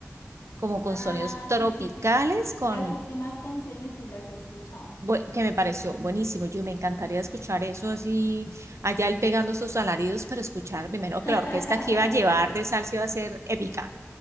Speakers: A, on the right; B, on the left.
A: como con
B: Ah,
A: sonidos tropicales,
B: sí, sí, sí.
A: con
B: Las últimas canciones sí las he escuchado.
A: bu- que me pareció buenísimo. Yo me encantaría escuchar eso así, allá él pegando sus alaridos para escuchar. Primero
B: <laughs>
A: que la orquesta que iba a llevar de salsa iba a ser épica.